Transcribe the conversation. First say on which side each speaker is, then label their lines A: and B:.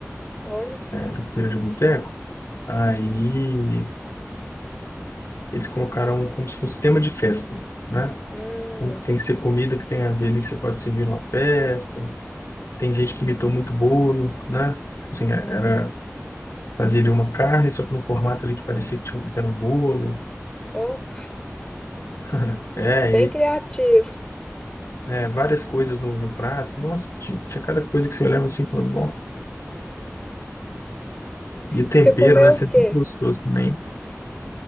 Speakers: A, on the left (about 15°); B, on the left (about 65°).
A: Olha.
B: do Feira de Boteco. Aí eles colocaram como se fosse tema de festa, né?
A: Hum,
B: Então, Tem que ser comida que tem a ver ali, que você pode servir numa festa. Tem gente que imitou muito bolo, né? Tipo Assim, é, era,
A: uhum.
B: fazia ali uma carne, só que num formato ali que parecia que, tinha, um- que era um bolo.
A: Ó,
B: <laughs> É,
A: bem
B: e aí,
A: criativo.
B: né, várias coisas no, no prato. Nossa, tinha, tinha cada coisa que você olhava assim, e falava, bom. E o tempero,
A: Você comeu
B: né? Sempre
A: o quê?
B: muito gostoso também.